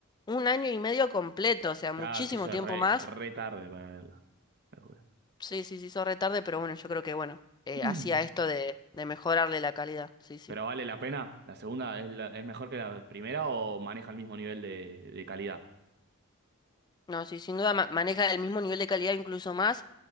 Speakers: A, on the left; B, on the right.
A: un año y medio completo, o sea, muchísimo
B: Ya se hizo
A: tiempo
B: re,
A: más.
B: re tarde para verla. la juro.
A: Sí, sí, sí, hizo retarde, pero bueno, yo creo que bueno, eh,
B: Mm.
A: hacía esto de, de mejorarle la calidad, sí, sí.
B: Pero vale la pena. ¿La segunda es, la- es mejor que la primera o maneja el mismo nivel de, de calidad?
A: No, sí, sin duda ma- maneja el mismo nivel de calidad, incluso más,